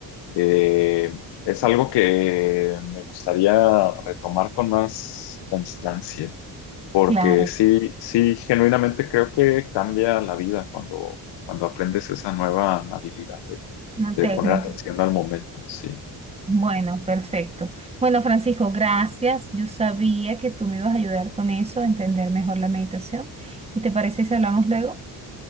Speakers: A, on the left; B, on the right.
A: eh, es algo que me gustaría retomar con más constancia, porque
B: Claro,
A: sí, sí, genuinamente creo que cambia la vida cuando, cuando aprendes esa nueva habilidad de,
B: una
A: de
B: técnica.
A: poner atención al momento. Sí,
B: Bueno, perfecto. Bueno, Francisco, gracias. Yo sabía que tú me ibas a ayudar con eso, a entender mejor la meditación. ¿Y te parece si hablamos luego?